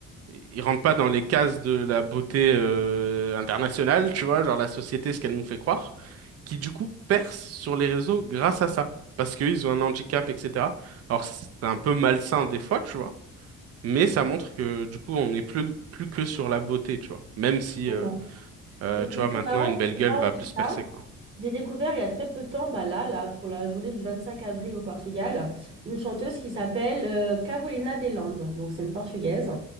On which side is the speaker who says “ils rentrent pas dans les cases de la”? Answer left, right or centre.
Right